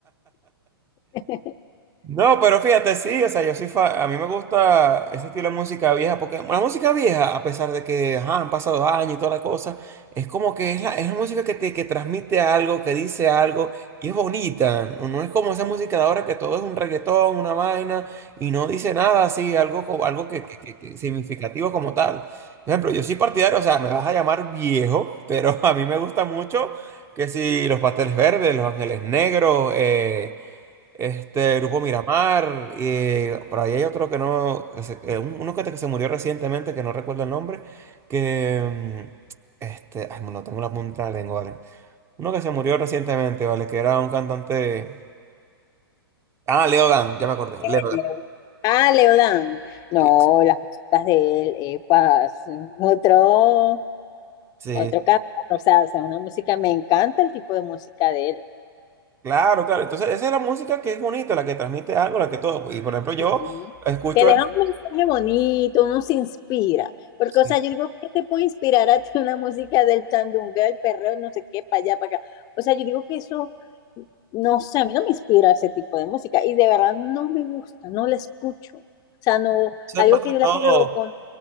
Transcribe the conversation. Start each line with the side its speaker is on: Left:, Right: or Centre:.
Left: <laughs>
Right: No, pero fíjate, sí, o sea, yo sí, fa- a mí me gusta ese estilo de música vieja, porque la música vieja, a pesar de que ajá, han pasado años y toda la cosa, es como que es la, es la música que te que transmite algo, que dice algo, y es bonita, no no es como esa música de ahora que todo es un reggaetón, una vaina, y no dice nada así, algo, co- algo que, que- que- que significativo como tal. Por ejemplo, yo soy partidario, o sea, me vas a llamar viejo, pero <laughs> a mí me gusta mucho que si los pasteles verdes, los ángeles negros, eh, este Grupo Miramar, y eh, por ahí hay otro que no, que se- eh, un- uno que, que se murió recientemente, que no recuerdo el nombre, que, mm, este, ay, no tengo la punta de la lengua, ¿vale? Uno que se murió recientemente, ¿vale? Que era un cantante, ah, Leo Dan, ya me acordé,
Left: ¿Qué
Right: Leo Dan,
Left: género? Ah, Leodán. No,
Right: sí,
Left: las músicas de él, epa, son otro,
Right: sí,
Left: otro canto. O sea, o sea, una música, me encanta el tipo de música de él.
Right: claro, claro, entonces esa es la música que es bonita, la que transmite algo, la que todo, pues, y por ejemplo yo
Left: Ujú.
Right: escucho,
Left: Que deja
Right: eso
Left: un mensaje bonito, uno se inspira. Porque,
Right: sí,
Left: o sea, yo digo, ¿qué te puede inspirar a ti una música del chandunga, el perreo, no sé qué, para allá, para acá? O sea, yo digo que eso, no sé, a mí no me inspira ese tipo de música. Y de verdad no me gusta, no la escucho. O sea, no,
Right: eso
Left: algo
Right: es más que
Left: que yo
Right: todo,
Left: la coloco,